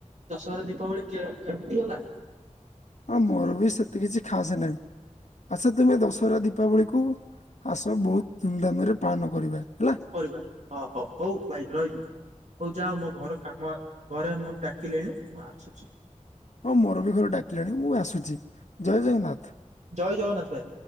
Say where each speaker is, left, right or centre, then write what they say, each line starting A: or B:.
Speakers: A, on the right (about 65°); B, on the left (about 65°).
A: ଦଶହରା ଦୀପାବଳି କେ କେମିତି ଗଲା?
B: ହଁ ମୋର ବି ସେତେ କିଛି ଖାସ ନାହିଁ, ଆସ ତମେ ଦଶହରା ଦୀପାବଳି କୁ ଆସ ବହୁତ ଧୁମଧାମରେ ପାଳନ କରିବା। ହେଲା
A: କରିବା ହ- ହ ହଉ ଭାଇ ରହିଲି। ହଉ ଯାଅ, ମୋ ଘର କାମ ଘରେ ମତେ ଡାକିଲେଣି ମୁଁ ଆସୁଛି।
B: ହଁ ମୋର ବି ଘରେ ଡାକିଲେଣି, ମୁଁ ଆସୁଛି ଜୟ ଜଗନ୍ନାଥ।
A: ଜୟ ଜଗନ୍ନାଥ ଭାଇ।